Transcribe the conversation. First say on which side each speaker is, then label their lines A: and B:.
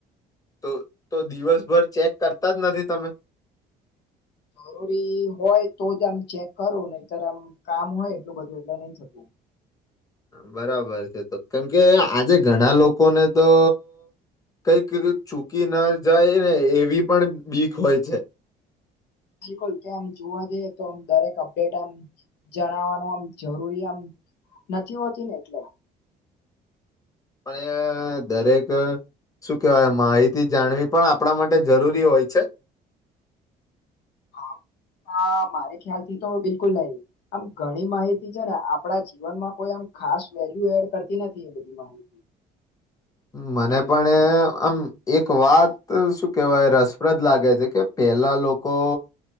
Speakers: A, on the left; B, on the left.
A: તો તો દિવસભર ચેક કરતા જ નથી તમે?
B: જરૂરી હોય તો જ આમ ચેક કરું નહીંતર આમ કામ હોય એટલું બધું એટલે નઈ થતું
A: બરાબર છે તો કેમ કે આજે ઘણા લોકોને તો કઈક ચૂકી ના જાય ને એવી પણ બીક હોય છે.
B: બિલકુલ કે આમ જોવા જઈએ તો આમ દરેક અપડેટ આમ જણાવાનું આમ જરૂરી આમ નથી હોતી ને એટલે
A: પણ એ દરેક શું કેહેવાય માહિતી જાણવી પણ આપણા માટે જરૂરી હોય છે.
B: હા હા મારે ખ્યાલથી તો બિલકુલ નહીં આમ ઘણી માહિતી છે ને આપણા જીવનમાં કોઈ આમ ખાસ વેલ્યુ એડ કરતી નથી એ બધી માહિતી
A: મને પણ આમ એક વાત શું કેહેવાય રસપ્રદ લાગે છે કે પેલા લોકો